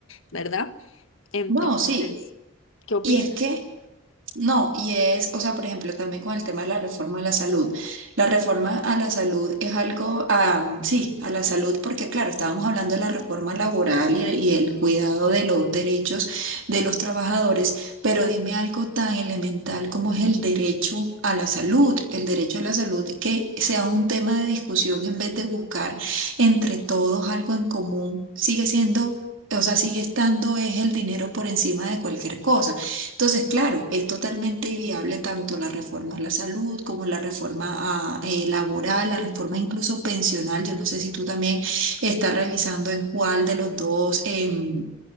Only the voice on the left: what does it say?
¿verdad? Entonces,
¿qué opinas?